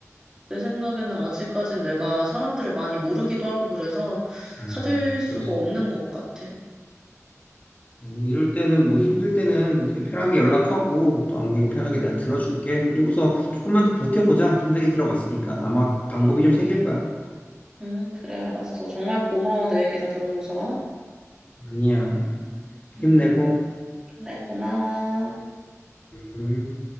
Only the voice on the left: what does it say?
음,
그렇지.
음, 뭐 이럴 때는 뭐 힘들 때는 그냥 편하게 연락하고 또 안부인 편하게 내가 들어줄게. 그리고서 조금만 더 버텨보자. 힘들게 들어갔으니까 아마 방법이 좀 생길 거야.
아니야.
힘내고.
음.